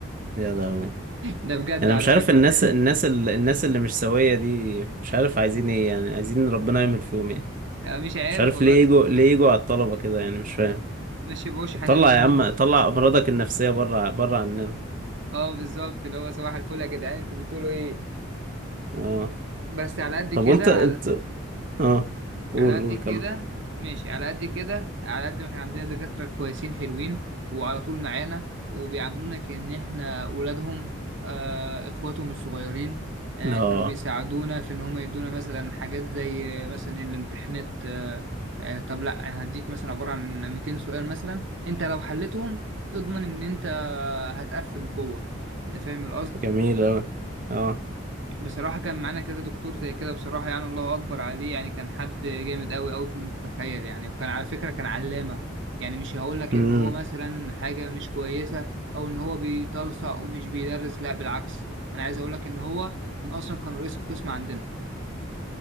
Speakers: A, on the right (about 40°); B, on the right (about 60°).
A: يا لهوي
B: ده بجد
A: أنا
B: على
A: مش عارف
B: فكرة
A: الناس
B: <laughs>
A: الناس ال- الناس اللي مش سوية دي مش عارف عايزين إيه يعني عايزين ربنا يعمل فيهم إيه؟
B: أنا مش عارف
A: مش عارف
B: والله
A: ليه
B: ت-
A: يجوا ليه يجوا على الطلبة كده يعني مش فاهم
B: ما شبعوش حنان
A: طلع
B: من
A: يا عم
B: هم
A: طلع أمراضك النفسية بره بره عننا
B: اه بالظبط اللي هو صباح الفل يا جدعان انتوا بتقولوا ايه
A: آه
B: بس على قد كده
A: طب وانت انت
B: على
A: اه قول
B: على قد
A: قول
B: كده
A: كمل
B: ماشي على قد كده على قد ما كان عندنا دكاترة كويسين حلوين وعلى طول معانا وبيعاملونا كأن احنا أولادهم آه إخواتهم الصغيرين آه
A: اه
B: كانوا بيساعدونا في إن هم يدونا مثلا حاجات زي آه، مثلا الامتحانات آه آه طب لأ أنا هديك مثلا عبارة عن 200 سؤال مثلا أنت لو حلتهم اضمن إن أنت هتقفل جوه أنت فاهم القصد
A: جميل اوي اه
B: بصراحة كان معانا كذا دكتور زي كده بصراحة يعني الله أكبر عليه يعني كان حد جامد أوي أوي فوق ما تتخيل يعني وكان على فكرة كان علامة يعني مش هقولك
A: امم
B: إن هو مثلا حاجة مش كويسة أو إن هو بيتلصق ومش بيدرس لا بالعكس أنا عايز أقولك إن هو كان أصلا كان رئيس القسم عندنا